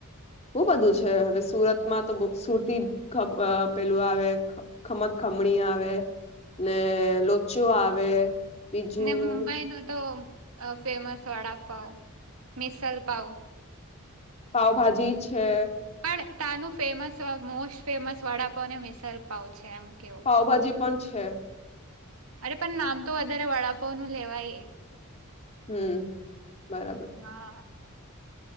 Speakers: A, on the left (about 30°); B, on the right (about 75°).
A: બઉુ બધું છે હવે સુરતમાં તો બ સુરતી પેલું આવે. ખમ ખમણી આવે ને લોચો આવે. બીજું
B: ને મુંબઈ નો તો ફેમસ વડાપાવ મિસલ પાાવ.
A: પાઉભાજી છે.
B: પણ તનું ફેમસ મોસ્ટ ફેમસ વડાપાવ ને મિસલપાવ છે એમ કેવો.
A: પાઉભાજી પણ છે.
B: અરે પણ નામ તો વધારે વડાપ નું લેવાય
A: હમ બરાબર
B: હા